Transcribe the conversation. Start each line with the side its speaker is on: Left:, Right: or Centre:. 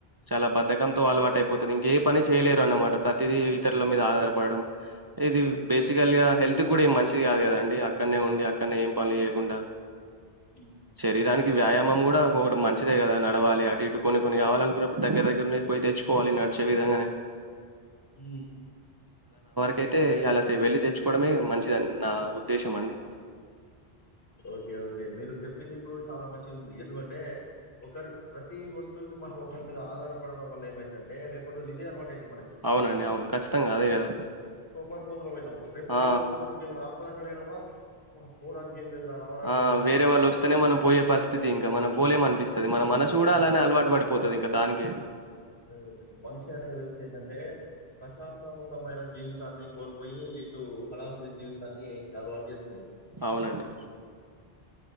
Right: చాలా బద్దకం. కంతో అలవాటు అయిపోతుంది ఇంక ఏ పని చేయలేరు అన్నమాట ప్రతిదీ ఇతరుల మీద ఆధారపడడం. ఇది
Left: ఉమ్,
Right: బేసికల్ గా హెల్త్ కూడా మంచి ది కాదు కదండి అక్కడనే ఉండి అక్కడనే ఏం పనులు చేయకుండా
Left: ఉమ్,
Right: శరిరానికి వ్యాయామం కూడా ఒకటి మంచిదే కదా నడవాలి అటు ఇటు కొన్ని కొన్ని కావాలనుకున్నప్పుడు దగ్గర దగ్గరనే పోయి తెచ్చుకోవాలి నడిచే విధంగానే
Left: ఊ
Right: కైతే అలా అయితే వెళ్ళి తెచ్చుకోవడమే మంచిదని నా ఉద్దేశం అండి.
Left: ఓకే ఓకే మీరు చెప్పింది ఇప్పుడు చాలా మంచిగుంది ఎందుకంటే ఒకరు ప్రతి వస్తువుకి మనం ఒకరి మీద ఆధారపడడం వల్ల ఏమైతుంటే రేపటి రోజు అదే అలవాటయిద్ధి మనకి
Right: అవునండి అవును ఖచ్చితంగా అదే కదా
Left: సోమరిపోతులం అయితం రేపటి
Right: ఆ!
Left: రోజు మనకి ఏమైనా ఆప <unintelligible> ఏం లేదు రావడానికి
Right: ఆ!
Left: ఏం లేదురానుకుంటాం
Right: వేరే వాళ్ళొస్తేనే మనం పోయే పరిస్థితి ఇంకా. మనం పోలేమనిపిస్తది. మన మనసు గూడా
Left: ఆ
Right: అలానే అలవాటు పడిపోతది ఇంకా దానికే.
Left: ఆ మనిషి అనే వ్యక్తి ఏంటంటే ప్రశాంతవంతమైన జీవితాన్ని కోల్పోయి ఇప్పుడు హడావుడి జీవితాన్ని అలవాటు చేసుకో
Right: అవును అండి